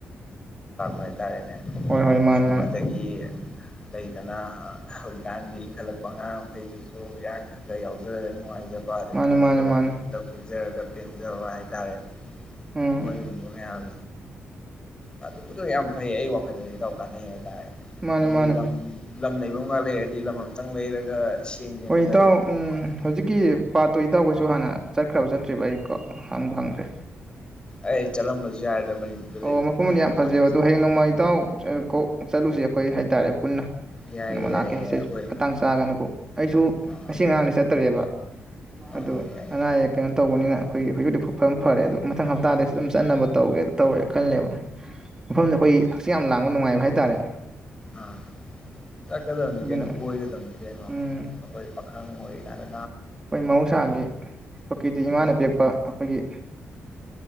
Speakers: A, on the left; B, on the right.
A: ꯍꯥꯏꯇꯥꯔꯦꯅꯦ
B: ꯍꯣꯏ ꯍꯣꯏ ꯃꯥꯅꯤ
A: ꯁꯨꯝ ꯑꯗꯒꯤ ꯂꯩꯗꯅ ꯍꯧꯖꯤꯛꯀꯥꯟꯗꯤ ꯏꯟꯈꯠꯂꯛꯄ ꯑꯉꯥꯡ ꯃꯈꯈꯩ꯫ ꯑꯗꯨ ꯏꯔꯥꯡ ꯈꯛꯇ ꯌꯥꯎꯖꯔꯒ ꯅꯨꯡꯉꯥꯏ ꯖꯕ꯫ ꯄꯥꯗꯒꯤ
B: ꯃꯥꯅꯤ ꯃꯥꯅꯤ
A: ꯐꯖꯕ
B: ꯃꯥꯅꯤ ꯃꯥꯅꯤ
A: ꯃꯐꯝꯗ ꯄꯨꯖꯔꯒ ꯄꯦꯟꯖꯕ ꯍꯥꯏꯇꯥꯔꯦ
B: ꯎꯝ
A: ꯃꯣꯏꯒꯨꯝꯕ ꯃꯌꯥꯝ꯫ ꯑꯗꯨꯝꯕꯗꯣ ꯌꯥꯝ ꯐꯩ ꯑꯩ ꯋꯥꯈꯜꯗꯗꯤ ꯏꯇꯥꯎ ꯀꯥꯟꯅꯩ ꯍꯥꯏꯇꯥꯔꯦ꯫
B: ꯃꯥꯅꯤ
A: ꯑꯩꯕꯨ
B: ꯃꯥꯅꯤ
A: ꯂꯝ ꯂꯝ ꯂꯩ ꯨꯒꯗ ꯂꯩꯔꯗꯤ ꯂꯝ ꯑꯃꯇꯪ ꯂꯩꯔꯒ ꯁꯦꯝꯒꯦꯅ
B: ꯍꯣꯏ ꯏꯇꯥꯎ
A: ꯈꯜꯂꯤꯅꯦ ꯑꯗꯨꯃꯥꯏꯅ
B: ꯍꯧꯖꯤꯛꯀꯤ ꯄꯥꯠꯇꯣ ꯏꯇꯥꯎꯈꯧꯁꯨ ꯍꯥꯟꯅ ꯆꯠꯈ꯭ꯔꯕ ꯆꯠꯇ꯭ꯔꯤꯕ ꯑꯩ ꯀꯣ ꯍꯪꯕꯨ ꯍꯪꯗ꯭ꯔꯦ꯫
A: ꯑꯩ ꯆꯠꯂꯝꯕꯁꯨ ꯌꯥꯏꯗ ꯃꯅꯤꯄꯨꯔꯗ
B: ꯑꯣ
A: ꯂꯩꯕꯕꯨ
B: ꯃꯐꯝꯗꯤ
A: ꯀꯩꯅꯣ
B: ꯌꯥꯝ
A: ꯀꯩꯗꯧꯕꯩ
B: ꯐꯖꯩꯕ
A: ꯆꯠꯂꯣꯏꯗꯣꯏꯅꯣ
B: ꯑꯗꯣ ꯍꯌꯦꯡ ꯅꯣꯡꯃꯥꯏ ꯏꯇꯥꯎ ꯀꯣꯛ ꯆꯠꯂꯨꯁꯦ꯫ ꯑꯩꯈꯣꯏ ꯍꯥꯏꯇꯥꯔꯦ ꯄꯨꯟꯅ
A: ꯌꯥꯏꯌꯦ
B: ꯅꯣꯡꯃ
A: ꯌꯥꯏꯌꯦ
B: ꯂꯥꯛꯀꯦ
A: ꯌꯥꯏ
B: ꯁꯤ
A: ꯑꯩꯈꯣꯏ
B: ꯃꯇꯥꯡ ꯆꯥꯒꯅꯨꯀꯣ ꯑꯩꯁꯨ
A: ꯑꯥ
B: ꯉꯁꯤ ꯉꯔꯥꯡꯗꯤ ꯆꯠꯇꯔꯦꯕ꯫
A: ꯑꯥ
B: ꯑꯗꯨ
A: ꯌꯥꯏ ꯌꯥꯏ
B: ꯑꯅꯥ ꯑꯌꯦꯛ ꯀꯩꯅꯣ ꯇꯧꯕꯅꯤꯅ꯫ ꯑꯩꯈꯣꯏ ꯍꯧꯖꯤꯛꯄꯨꯗꯤ ꯐꯕ ꯐꯔꯦ ꯑꯣ ꯃꯊꯪ ꯍꯞꯇꯥꯗꯁꯨ꯫ ꯑꯗꯨꯝ ꯆꯠꯅꯕ ꯇꯧꯒꯦ ꯇꯧꯔꯦ ꯈꯜꯂꯦꯕ ꯃꯐꯝꯗ ꯑꯩꯈꯣꯏ ꯍꯥꯡꯆꯤꯠ ꯂꯥꯡꯕ ꯌꯥꯝ ꯅꯨꯡꯉꯥꯏꯕ ꯍꯥꯏꯇꯥꯔꯦ꯫
A: ꯑꯥ ꯆꯠꯀꯗꯕꯅꯤ
B: ꯑꯗꯨꯅ
A: ꯀꯩꯅꯣ ꯀꯣꯏꯒꯗꯕꯅꯤ ꯀꯩꯅꯣ
B: ꯎꯝ
A: ꯑꯩꯈꯣꯏ ꯄꯈꯪ꯫ <unintelligible>
B: ꯑꯩꯈꯣꯏ ꯃꯍꯧꯁꯥꯒꯤ ꯄ꯭ꯔꯀ꯭ꯔꯤꯇꯤ ꯏꯃꯥꯅ
A: ꯑꯥ
B: ꯄꯤꯔꯛꯄ ꯑꯩꯈꯣꯏꯒꯤ